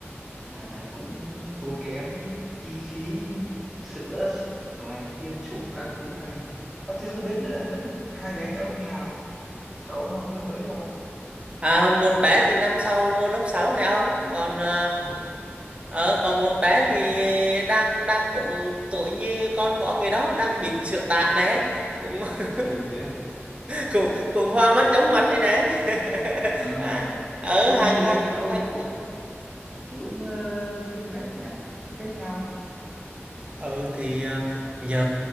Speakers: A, in the centre; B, on the right (about 25°).
A: à, cũng tốn kém rất chi phí sữa sức này tiêm chủng các thứ này à, thế không biết ờ, hai bé nhà ông như Hà cháu học lớp mấy rồi
B: à, một bé thì năm sau vô lớp 6 này ông còn à,
A: ồ
B: ờ, còn một bé thì đang đang cũng tuổi như con của ông người đó đang bỉm sữa tạ này cũng <laughs>
A: <laughs> thế à?
B: cùng cùng hoa mắt chóng mặt đây này <laughs>
A: à
B: À, ở
A: thôi
B: hàng
A: như thế
B: hàng
A: là các ông
B: hàng
A: cũng
B: Ừ.
A: cũng ờ, sinh cách nhỉ cũng cách nhau
B: Ừ thì ờ, giờ